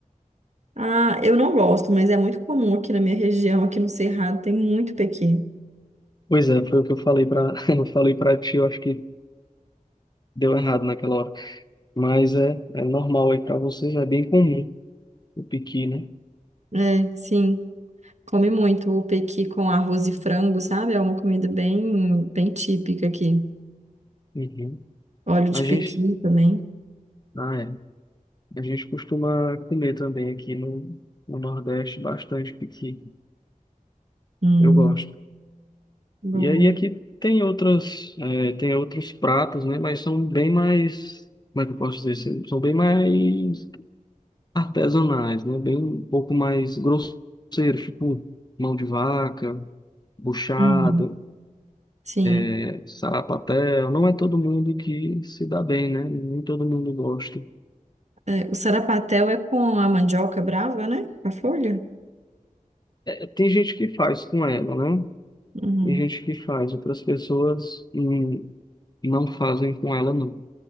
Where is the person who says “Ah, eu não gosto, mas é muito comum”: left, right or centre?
Right